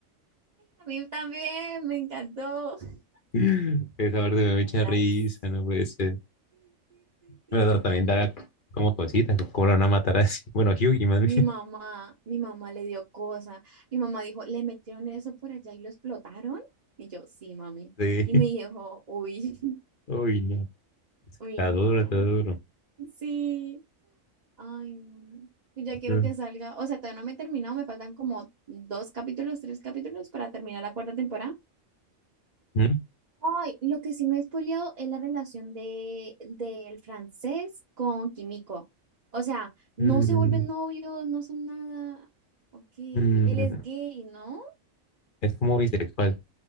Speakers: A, on the right; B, on the left.
A: a mí también me encantó. <laughs>
B: <laughs> Esa muerte me
A: Qué
B: dio mucha
A: buena-
B: risa,
A: sí,
B: no puede ser.
A: sí, sí, sí, sí.
B: Pero también da como cositas, cómo lo van a matar así. <laughs> Bueno, Hyugi más
A: Mi
B: bien.
A: mamá,
B: <laughs>
A: mi mamá le dio cosa. Mi mamá dijo, le metieron eso por allá y lo explotaron. Y yo, sí, mami.
B: Sí.
A: Y me dijo, uy, <laughs>
B: Uy, no. Está
A: uy, no.
B: duro, está duro.
A: Sí. Ay, no. Ya quiero
B: Mm,
A: que salga. O sea, todavía no me he terminado. Me faltan como dos capítulos, tres capítulos para terminar la cuarta temporada.
B: mm,
A: Ay, lo que sí me he spoileado es la relación de del francés con Kimiko. O sea, no
B: mm,
A: se vuelven novios, no son nada. Ok,
B: mm.
A: él es gay, ¿no?
B: Es como bisexual.